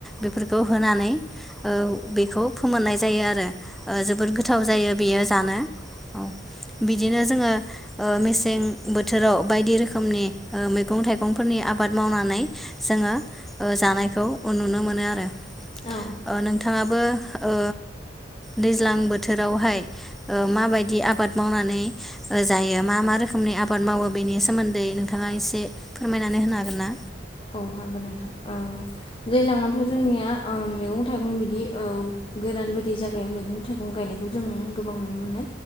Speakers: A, in the centre; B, on the left.
A: बेफोरखौ होनानै ओ बेखौ फोमोननाय जायो आरो। ओ जोबोद गोथाव जायो बेयो जानो औ बिदिनो जोङो ओ मेसें बो थोराव बायदि रोखोमनि ओ मैगं थाइगंफोरनि आबाद मावनानै जोङो ओ जानायखौ नुनो मोनो आरो।
B: औ
A: ओ नोंथाङा बो ओ दैज्लां बोथोरावहाय ओ माबायदि आबाद मावनानै जायो मा मा रोखोमनि आबा बाद मावो बेनि सोमोन्दै नोंथाङा एसे फोरमायनानै होनो हागोन ना?
B: औ हागोन नोंथां। औ दैज्लांआव थ' जोंनिया ओ मैगं थाइगं बिदि ओं गोरान बोरि जागायाव मैगं थाइगं गायनायखौ जों गोबां नुनो मोनो।